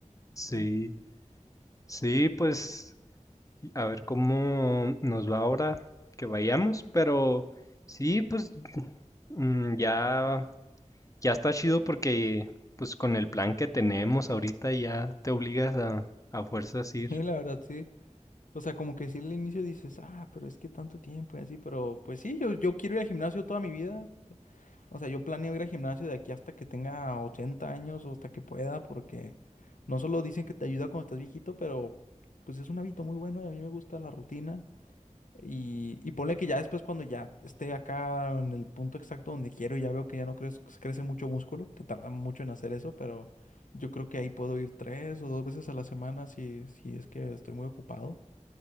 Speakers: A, on the left (about 25°); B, on the left (about 90°).
A: Sí.
B: ¿no?
A: Sí, pues a ver cómo nos va ahora que vayamos, pero sí, pues mm, ya, ya está chido porque pues con el plan que tenemos ahorita ya te obligas a, a fuerzas ir.
B: Y la verdad, sí. O sea, como que sí al inicio dices, ah, pero es que tanto tiempo y así, pero pues sí, yo, yo quiero ir al gimnasio toda mi vida. O sea, yo planeo ir al gimnasio de aquí hasta que tenga 80 años o hasta que pueda, porque no solo dicen que te ayuda cuando estás viejito, pero pues es un hábito muy bueno y a mí me gusta la rutina. Y, y ponle que ya después cuando ya esté acá en el punto exacto donde quiero, ya veo que ya no crece, crece mucho músculo, que tarda mucho en hacer eso, pero yo creo que ahí puedo ir tres o dos veces a la semana si, si es que estoy muy ocupado.